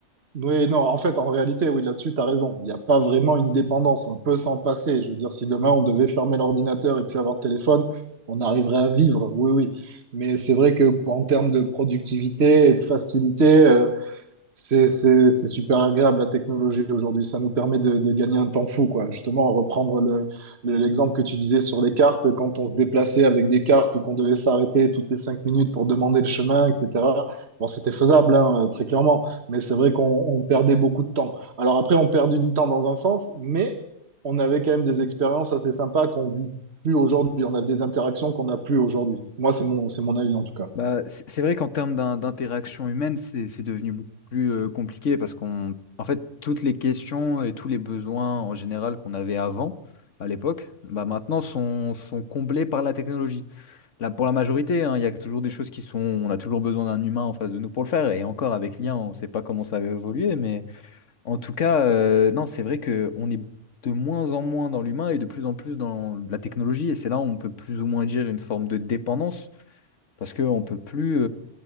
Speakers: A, on the right; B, on the left.
A: Oui, non, en fait, en réalité, oui, là-dessus, tu as raison. Il n'y a pas vraiment une dépendance. On peut s'en passer. Je veux dire, si demain on devait fermer l'ordinateur et puis avoir le téléphone, on arriverait à vivre. Oui, oui. Mais c'est vrai que en termes de productivité et de facilité, euh, c'est c'est- c'est super agréable la technologie aujourd'hui. Ça nous permet de, de gagner un temps fou, quoi. Justement, reprendre le, le- l'exemple que tu disais sur les cartes, quand on se déplaçait avec des cartes ou qu'on devait s'arrêter toutes les cinq minutes pour demander le chemin, etc. Bon, c'était faisable, hein, euh, très clairement. Mais c'est vrai qu'on on perdait beaucoup de temps. Alors après, on perdait du temps dans un sens, mais on avait quand même des expériences assez sympas qu'on vit plus aujourd'hui. On a des interactions qu'on n'a plus aujourd'hui. Moi, c'est mon, c'est mon avis en tout cas.
B: Bah, c'est c'est vrai qu'en termes d'in- d'interaction humaine, c'est c'est devenu beaucoup plus euh, compliqué parce qu'on, en fait, toutes les questions et tous les besoins en général qu'on avait avant, à l'époque, bah maintenant sont, sont comblés par la technologie. Là, pour la majorité, hein, il y a toujours des choses qui sont, on a toujours besoin d'un humain en face de nous pour le faire. Et encore avec l'IA, on ne sait pas comment ça va évoluer, mais en tout cas, euh, non, c'est vrai que on est de moins en moins dans l'humain et de plus en plus dans la technologie. Et c'est là où on peut plus ou moins dire une forme de dépendance parce qu'on ne peut plus